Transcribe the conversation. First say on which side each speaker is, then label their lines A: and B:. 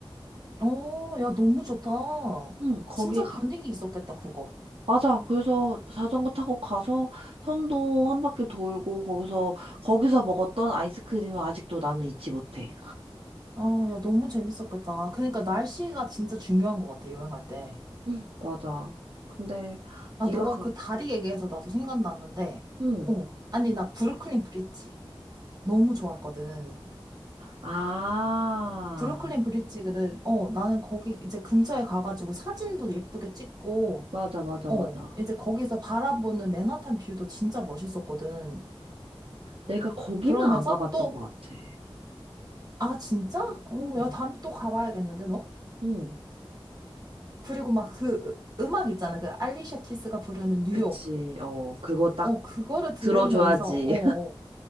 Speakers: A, on the right (about 40°); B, on the right (about 75°).
A: 응. 어, 야, 너무 좋다.
B: 응, 거기
A: 진짜
B: 가,
A: 분위기 있었겠다, 그거.
B: 맞아. 그래서 자전거 타고 가서 섬도 한 바퀴 돌고 거기서 거기서 먹었던 아이스크림은 아직도 나는 잊지 못해.
A: 아, 야, 너무 재밌었겠다. 그러니까 날씨가 진짜 중요한 것 같아, 여행할 때.
B: 응 맞아. 근데
A: 아,
B: 네가
A: 너가
B: 그,
A: 그 다리 얘기해서 나도 생각났는데,
B: 응.
A: 어. 아니, 나 브루클린 브릿지. 너무 좋았거든.
B: 아,
A: 브루클린 브릿지를, 어, 나는 거기 이제 근처에 가가지고 사진도 예쁘게 찍고,
B: 맞아, 맞아,
A: 어,
B: 맞아.
A: 이제 거기서 바라보는 맨하탄 뷰도 진짜 멋있었거든.
B: 내가 거기는
A: 그러면서
B: 안 가봤던
A: 또,
B: 것 같아.
A: 아, 진짜? 어,
B: 응
A: 야, 다음에 또 가봐야겠는데, 너?
B: 응,
A: 그리고 막그 음, 음악 있잖아. 그 알리샤 키스가 부르는 뉴욕.
B: 그치. 어, 그거 딱
A: 어, 그거를 들으면서,
B: 들어줘야지.
A: 어, 어,